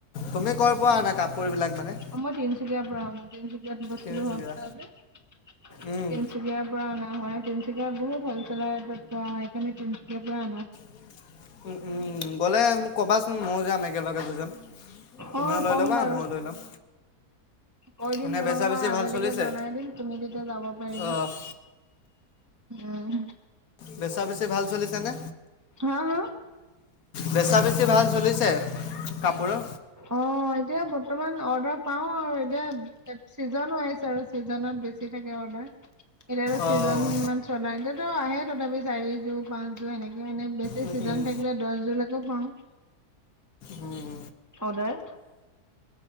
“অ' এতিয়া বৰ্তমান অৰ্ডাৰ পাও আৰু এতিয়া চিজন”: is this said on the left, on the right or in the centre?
Right